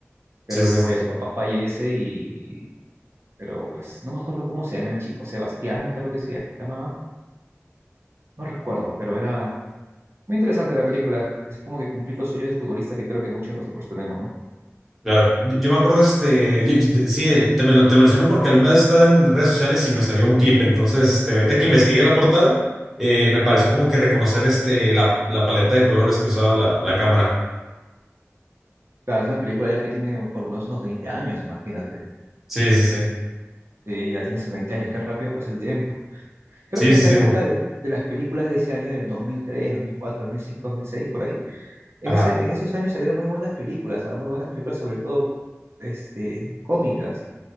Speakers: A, on the right; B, in the centre.
A: Pero
B: sí, sí,
A: luego
B: sí.
A: ya su papá fallece y, pero pues no me acuerdo cómo se llama el chico, Sebastián creo que se llamaba, no recuerdo, pero era muy interesante la película. Es como que cumplir los sueños de futbolista que creo que muchos de nosotros tenemos, ¿no?
B: Claro. Yo, yo me acuerdo, este, yo- yo- sí, el- te, men- te lo menciono porque alguna vez estaba en redes sociales y me salió un clip, entonces, este, ahorita que investigué la portada, eh, me pareció como que reconocer, este, la, la paleta de colores que usaba la, la cámara.
A: Claro, es una película ya que tiene por lo menos unos 20 años, imagínate.
B: Sí, sí, sí.
A: Sí, ya tiene sus 20 años, qué rápido pasa el tiempo. Creo
B: Sí,
A: que
B: sí,
A: esa
B: sí,
A: época
B: bo.
A: de, de las películas de ese año del 2003, 2004, 2005, 2006, por ahí, en
B: Ajá.
A: ese, en esos años salieron muy buenas películas, ¿ah? Muy buenas películas, sobre todo este, cómicas.